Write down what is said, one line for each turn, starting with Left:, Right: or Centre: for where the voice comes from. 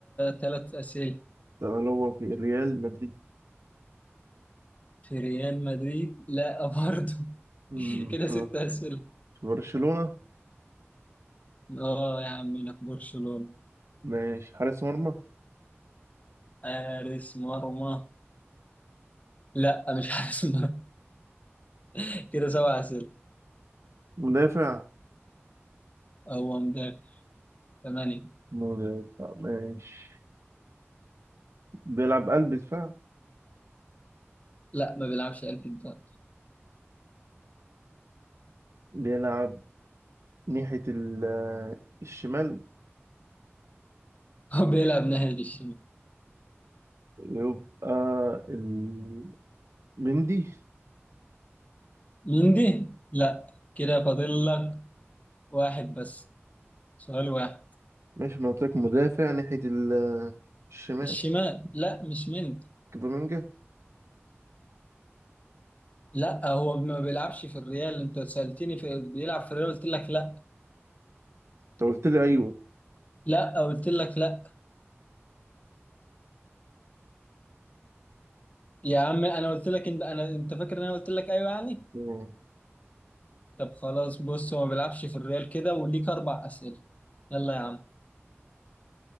Left: ثلاث اسئله
Right: طب هل هو في ريال مدريد
Left: في ريال مدريد لا برضه
Right: امم
Left: <laughs> كده
Right: في
Left: ست اسئله
Right: في برشلونة
Left: اه يا عم انا في برشلونه
Right: ماشي حارس مرمى
Left: حارس مرمى لا مش حارس مرمى <laughs> كده سبع اسئله
Right: مدافع
Left: هو مدافع ثمانية
Right: مدافع ماشي بيلعب قلب دفاع
Left: لا ما بيلعبش قلب الدفاع
Right: بيلعب ناحية ال- آه، الشمال
Left: <laughs> هو بيلعب ناحية الشمال
Right: يبقى ال- مندي
Left: مندي لا كده فاضل لك واحد بس سؤال واحد
Right: ماشي ما قلت لك مدافع ناحية ال- آه، الشمال
Left: الشمال لا مش مندي
Right: كوبامينجا انت
Left: لا هو ما بيلعبش في الريال انت سألتني في بيلعب في الريال قلت لك لا
Right: قلت لي ايوه
Left: لا قلت لك لا يا عم انا قلت لك انت انا انت فاكر ان انا قلت لك ايوه يعني
Right: مم.
Left: طب خلاص بص هو ما بيلعبش في الريال كده وليك اربع أسئلة يلا يا عم